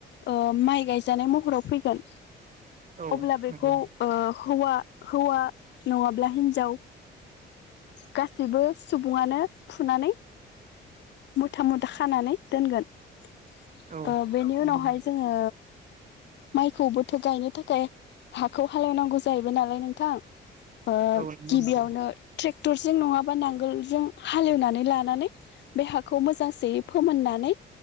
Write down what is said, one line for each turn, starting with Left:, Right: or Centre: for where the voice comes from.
Left: ओ माइ गायजानाय महराव फैगोन
Right: औ
Left: अब्ला बेखौ
Right: नंगौ
Left: ओ हौवा हौवा नंङाब्ला हिन्जाव गासैबो सुबुंङानो फुनानै मुथा मुथा खानानै दोनगोन। ओ
Right: औ
Left: बेनि
Right: नंगौ
Left: उनावहाय जोंङो माइखौ बोथ' गायनो थाखाय हाखौ हालोवनांगौ जायो बैय नालाय नोंथां ओ
Right: औ नंगौ
Left: गिबियावनो
Right: नंगौ
Left: ट्रेक जों नंङाबा नांगोलजों हालेवनानै लानानै बे हाखौ मोजांसेयै फोमोननानै